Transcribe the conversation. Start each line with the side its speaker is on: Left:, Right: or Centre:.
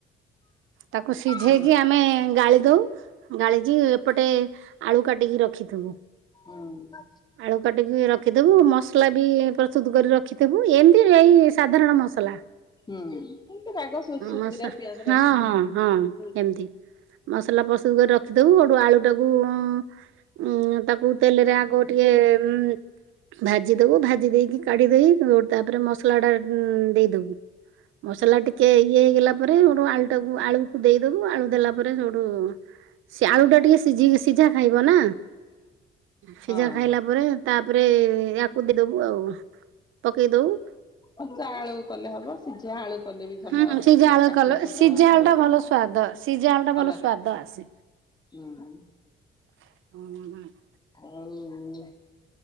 Right: ତାକୁ ସିଝେଇକି
Left: ହୁଁ।
Right: ଆମେ ଗାଳିଦଉ, ଗାଳି ଏପଟେ ଆଳୁ କାଟିକି ରଖିଥବୁ।
Left: ହୁଁ ହୁଁ
Right: ଆଳୁ କାଟିକି ରଖିଥବୁ ମସଲା ବି ପ୍ରସ୍ତୁତ କରି ରଖିଥବୁ, ଏମ୍ତି ଏଇ ସାଧାରଣ ମସଲା।
Left: ଏମିତି ରାଗ ସୁଜିରା
Right: ମସ
Left: ପିଆଜ
Right: ହଁ-ହଁ-ହଁ
Left: ରସୁଣ ହଉ। ହୁଁ
Right: ଏମ୍ତି। ମସଲା ପ୍ରସ୍ତୁତ କରି ରଖିଥବୁ, ସେଉଟୁ ଆଳୁ ଟାକୁ ଉଁ-ଉଁ ତାକୁ ତେଲେରେ ଆଗ ଟିକେ ଉଁ ଭାଜିଦବୁ ଭାଜି ଦେଇକି କାଢିଦେଇ <unintelligible> ତାପରେ ମସଲାଟା ଦେଇଦବୁ। ମସଲା ଟିକେ ଇଏ ହେଇଗଲା ପରେ ସେଉଟୁ ଆଳୁଟାକୁ ଆଳୁକୁ ଦେଇଦବୁ, ଆଳୁ ଦେଲା ପରେ ସୋଉଟୁ ସିଏ ଆଳୁଟା ଟିକେ ସିଝି ସିଝା ଖାଇବ ନା, ସିଝା
Left: ହଁ
Right: ଖାଇଲା ପରେ ତାପରେ ୟାକୁ ଦେଇଦବୁ ଆଉ, ପକେଇଦବୁ
Left: କଞ୍ଚା ଆଳୁ କଲେ ହବ, ସିଝା ଆଳୁ କଲେ ବି ଭଲ
Right: ହୁଁ ସିଝା
Left: ଟିକେ
Right: ଆଳୁ
Left: କାଠୁଆ-କାଠୁଆ
Right: କଲ ସିଝା
Left: ହେବ,
Right: ଆଳୁ ଟା
Left: ହଁ
Right: ଭଲ ସ୍ଵାଦ ସିଝା ଆଳୁ ଟା
Left: ଭଲଲାଗେ।
Right: ଭଲ ସ୍ଵାଦ ଆସେ।
Left: ହୁଁ।
Right: <inaudible>
Left: ଆଉ